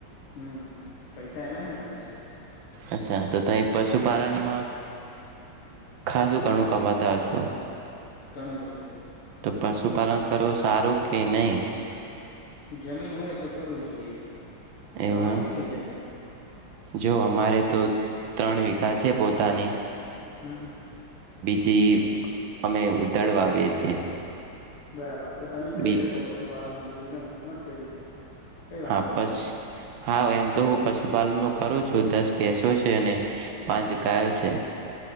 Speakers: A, on the left; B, on the right.
A: હમ તો પૈસા એના હેન તારા પર.
B: અચ્છા તો ત પશુપાલનમાં ખાસું ઘણું કમાતા હસો.
A: ઘણું બધું
B: તો પશુપાલન કરવું સારું કે નઈ?
A: જમીન હોય તો કરવું જોઈએ.
B: એવું
A: તમારે કેટલી જમીન છે?
B: જો અમારે તો ત્રણ વીઘા છે પોતાની.
A: હમ.
B: જે અમે ઉતાળવા આવીએ છીએ.
A: બરાબર. તો તમે કરી
B: બી
A: શકો પશુપાલનનું એકદમ મસ્ત રીતે. કઈ
B: હા
A: વાંધો
B: પસ
A: નથી
B: હા એમ તો હું પશુપાલન નો કરું છું દસ ભેંસો છે અને પાંચ ગાયો છે.